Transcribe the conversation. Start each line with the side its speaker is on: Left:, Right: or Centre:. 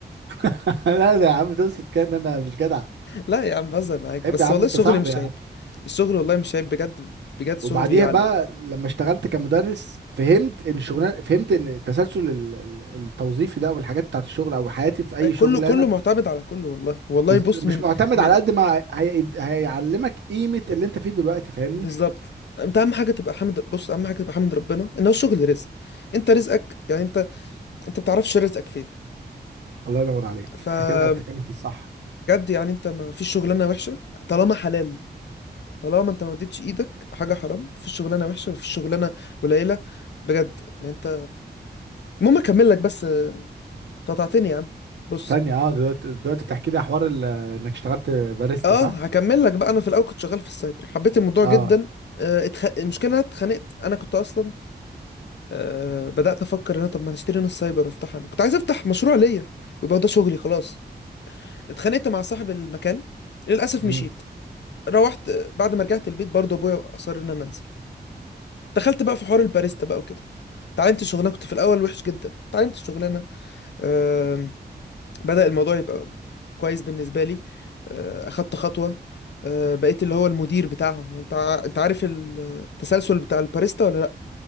Right: <laughs> لا ده يا عم تقصد كده ان انا مش جدع
Left: لا يا عم بهزر معاك
Right: عيب
Left: بس
Right: يا عم
Left: والله
Right: انت
Left: الشغل
Right: صاحبي
Left: مش عيب الشغل والله مش عيب بجد بجد الشغل
Right: وبعديها
Left: بيعلم
Right: بقى لما اشتغلت كمدرس فهمت ان الشغلانه فهمت ان التسلسل ال- ال- التوظيفي ده والحاجات بتاعت الشغل او حياتي في اي
Left: أي، كله
Right: شغل
Left: كله
Right: انا
Left: معتمد على كله والله والله
Right: بز...
Left: بص
Right: مش
Left: من
Right: معتمد
Left: من
Right: على قد ما هي... هيعلمك قيمه اللي انت فيه دلوقتي فاهمني
Left: بالظبط انت اهم حاجه تبقى حامد بص اهم حاجه تبقى حامد ربنا ان هو الشغل رزق انت رزقك يعني انت انت ما بتعرفش رزقك فين
Right: الله ينور عليك
Left: فبجد
Right: انت كده بتتكلم في الصح
Left: يعني انت ما فيش شغلانه وحشه طالما حلال طالما انت ما اديتش ايدك حاجه حرام مفيش شغلانه وحشه مفيش شغلانه قليله بجد يعني انت المهم اكمل لك بس آه، قطعتني يا عم بص
Right: ثانيه اه دلوقتي دلوقتي بتحكي لي حوار ال... انك اشتغلت باريستا
Left: اه
Right: صح
Left: هكمل لك بقى انا في الاول كنت شغال في السايبر حبيت الموضوع
Right: اه
Left: جدا آه، اتخ... المشكله إن انا اتخانقت انا كنت اصلا آه، بدأت أفكر إن أنا طب ما نشتري نص سايبر وأفتحها أنا كنت عايز أفتح مشروع ليا ويبقى ده شغلي خلاص اتخانقت مع صاحب المكان للأسف
Right: امم
Left: مشيت روحت آه، بعد ما رجعت البيت برضه أبويا أصر إن أنا أنزل دخلت بقى في حوار الباريستا بقى وكده اتعلمت الشغلانة كنت في الأول وحش جدا اتعلمت الشغلانة آم، بدأ الموضوع يبقى كويس بالنسبة لي آه، أخدت خطوة آه، بقيت اللي هو المدير بتاعهم يعني أنت ع- أنت عارف التسلسل بتاع الباريستا ولا